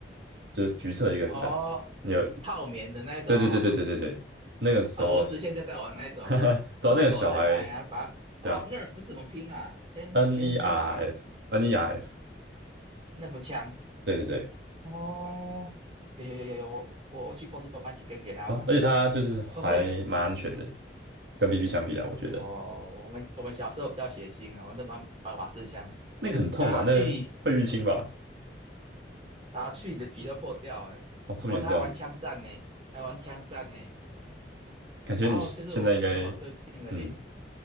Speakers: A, on the right; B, on the right.
A: 就是橘色一个子弹，
B: 哦，
A: 你有？
B: 泡棉的那种哦，
A: 对对对对对对对，那个时候，
B: 哦，我儿子现在在玩那种，Costco
A: <laughs> 哈哈，到那个小孩，
B: 在卖啊，把哦
A: 对啊
B: Nerf 是怎么拼啊？N
A: ，N
B: N
A: E R
B: E R
A: F N E R F，
B: Nerf 枪
A: 对对对，
B: 哦，有有有有有，我我我去 Costco 买几根给他玩。
A: 啊，而且它就是还蛮安全的，
B: 哦，不是，
A: 跟 BB 相比啊，我觉得
B: 哦，我们我们小时候比较血腥啊，我们都玩玩瓦斯枪，
A: 那个很痛吧，
B: 打下去
A: 那个会淤青吧，
B: 打下去你的皮都破掉了。
A: 哦，这么严重，
B: 我们他还玩枪战呢，还玩枪战呢。
A: 感觉你现在应该，
B: 然后就是我我跟我对面的
A: 嗯